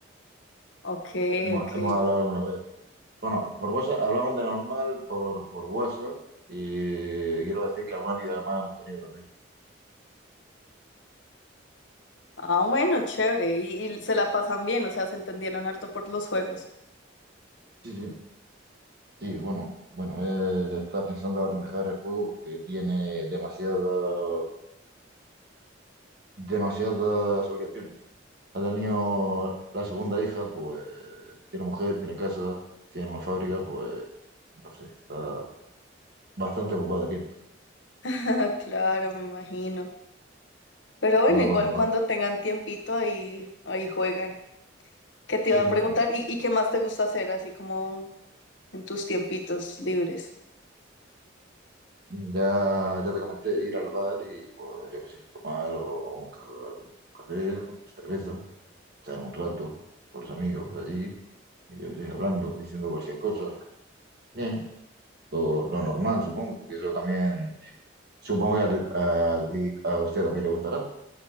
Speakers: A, on the left (about 70°); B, on the right (about 55°).
A: Ok,
B: Hemos,
A: ok.
B: hemos hablado alguna vez. Bueno, por WhatsApp hablamos de normal por, por WhatsApp y quiero decir que alguna videollamada hemos tenido también.
A: Ah, bueno, chévere. Y, y se la pasan bien, o sea, se entendieron harto por los juegos.
B: Sí, sí. Sí, bueno, bueno, él está pensando ahora en dejar el juego porque tiene demasiada- demasiadas obligaciones. Ha tenido la segunda hija, pues tiene mujer, tiene casa, tiene una fábrica, pues no sé, está bastante ocupado de tiempo.
A: <laughs> Claro, me imagino. Pero bueno,
B: No,
A: igual
B: bueno,
A: cuando tengan tiempito ahí, ahí juegan. ¿Qué te
B: sí,
A: iba a preguntar? ¿Y, y qué más te gusta hacer así como en tus tiempitos libres?
B: ya, ya te comenté, ir al bar y pues yo qué sé, tomar o un ca- algún café, o cerveza, echar un rato con los amigos allí, y yo qué sé, hablando, diciendo cualquier cosa. bien. lo, lo normal, supongo. Y eso también, supongo que a, tu- a- ti- a usted también le gustará.